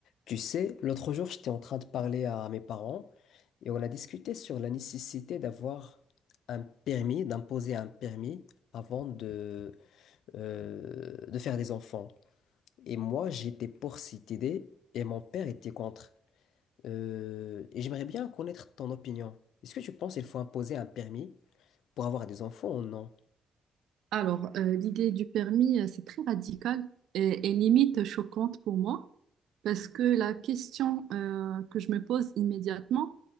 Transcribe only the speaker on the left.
Tu sais, l'autre jour, j'étais en train de parler à mes parents et on a discuté sur la nécessité d'avoir un permis, d'imposer un permis avant de, euh, de faire des enfants. Et moi, j'étais pour cette idée et mon père était contre. Euh, et j'aimerais bien connaître ton opinion. Est-ce que tu penses qu'il faut imposer un permis pour avoir des enfants ou non?